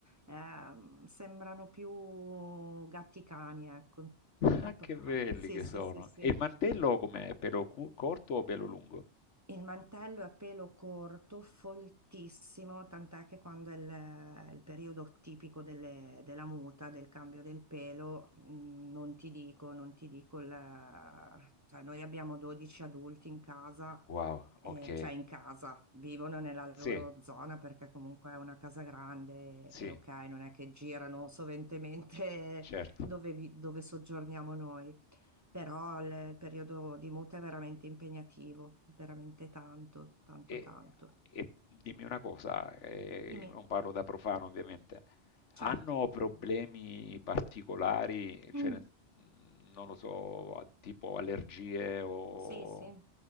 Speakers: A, on the right; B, on the left.
A: Ehm, sembrano più gatti cani, ecco, gatto
B: Ah, che
A: cane.
B: belli
A: Sì,
B: che
A: sì,
B: sono.
A: sì, sì.
B: E il mantello com'è? Pelo cu- corto o pelo lungo?
A: Il mantello è a pelo corto, foltissimo, tant'è che quando è il, il periodo tipico delle- della muta, del cambio del pelo, mh, non ti dico, non ti dico, la- cioè noi abbiamo 12 adulti in casa
B: Wow,
A: eh,
B: ok.
A: cioè in casa, vivono nella
B: Sì,
A: loro zona perché comunque è una casa grande
B: sì,
A: e ok, non è che girano soventemente
B: certo.
A: <laughs> dove, vi- dove soggiorniamo noi, però il periodo di muta è veramente impegnativo, veramente tanto, tanto,
B: E,
A: tanto.
B: e dimmi una cosa, eh,
A: Dimmi,
B: non parlo da profano ovviamente,
A: certo.
B: hanno problemi particolari, cioè,
A: Mm.
B: ne- non lo so, a- tipo allergie o...
A: Sì, sì.